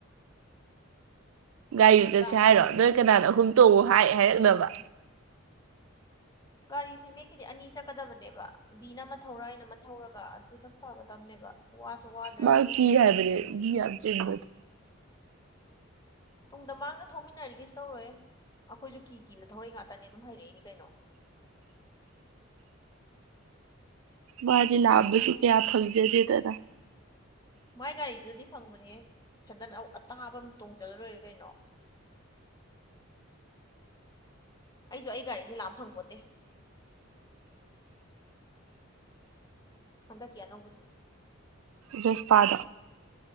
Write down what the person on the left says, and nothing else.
ꯅꯨꯡꯗꯥꯡ
ꯋꯥꯏꯔꯝ
ꯑꯃ
ꯒꯥꯔꯤꯁꯤ ꯃꯤꯒꯤꯗꯤ ꯑꯅꯤ ꯆꯠꯀꯗꯕꯅꯦꯕ ꯕꯤꯅ ꯑꯃ ꯊꯧꯔ ꯑꯩꯅ ꯑꯃ ꯊꯧꯔꯒ ꯑꯗꯨꯅ ꯐꯒꯗꯕꯅꯦꯕ ꯋꯥꯁꯨ ꯋꯥꯗ꯭ꯔꯦ
ꯑꯗꯨꯑꯣꯏꯗꯤ
ꯇꯨꯡꯗ ꯃꯥꯡꯗ ꯊꯧꯃꯤꯟꯅꯔꯤꯒꯦꯁꯨ ꯇꯧꯔꯣꯏꯌꯦꯦ ꯑꯩꯈꯣꯏꯁꯨ ꯀꯤ ꯀꯤꯅ ꯊꯧꯔꯛꯏ ꯉꯇꯅꯤ ꯑꯗꯨꯝ ꯍꯩꯔꯛꯏꯅꯤ ꯀꯩꯅꯣ
ꯃꯥꯏ ꯒꯥꯔꯤꯗꯨꯗꯗꯤ ꯐꯪꯕꯅꯦ ꯁꯗꯟ ꯑꯇꯥꯕ ꯑꯃ ꯇꯣꯡꯖꯜꯂꯔꯣꯏꯔꯦ ꯀꯩꯅꯣ <inaudible> ꯑꯩꯁꯨ ꯑꯩ ꯒꯥꯔꯤꯁꯦ ꯂꯥꯛꯑ ꯐꯪꯄꯣꯠꯇꯦ ꯍꯟꯗꯛꯀꯤ ꯑꯅꯧꯕꯁꯦ